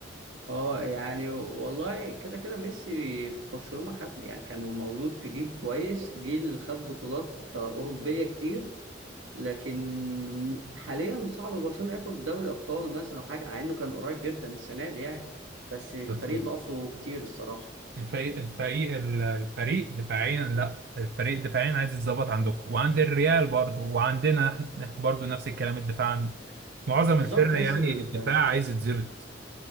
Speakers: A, on the right (about 80°); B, on the right (about 60°).
A: اه يعني والله كده كده ميسي في برشلونه خد يعني كان مولود في جيل كويس جيل خد بطولات اوروبيه كتير لكن حاليا صعب برشلونة ياخد دوري ابطال مثلا او حاجه مع انه كان قريب جدا السنه دي يعني بس الفريق
B: بس
A: ناقصه كتير الصراحه
B: الفريق الفريق الفريق دفاعيا لا الفريق دفاعيا عايز يتظبط عندكم وعند الريال برضه وعندنا احنا برضه نفس الكلام الدفاع عندنا معظم
A: بالظبط
B: الفرق
A: تحس
B: يعني
A: ال...
B: الدفاع عايز يتظبط